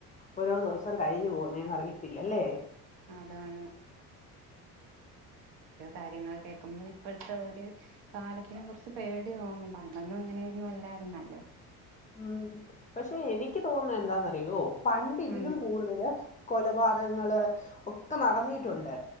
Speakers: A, on the left (about 20°); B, on the right (about 60°).
A: ഓരോ, ദിവസം, കഴിഞ്ഞു, പോകുന്നേന്ന്, അറിയത്തില്ല, ല്ലേ.
B: അതാണ്. കാര്യങ്ങള്, കേൾക്കുമ്പൊഴ്, ഇപ്പോഴത്തെ, ഒരു, കാലത്തിനെ, കുറിച്ച്, പേടി തോന്നും, പണ്ടൊന്നും, ഇങ്ങനൊന്നും, അല്ല രുന്നല്ലോ
A: ഉം, പക്ഷെ, എനിക്ക്, തോന്നുന്ന, എന്താന്നറിയോ, പണ്ട്, ഇതിലും,
B: ഉം
A: കൂടുതല് കൊലപാതങ്ങള് ഒക്കെ നടന്നിട്ടുണ്ട്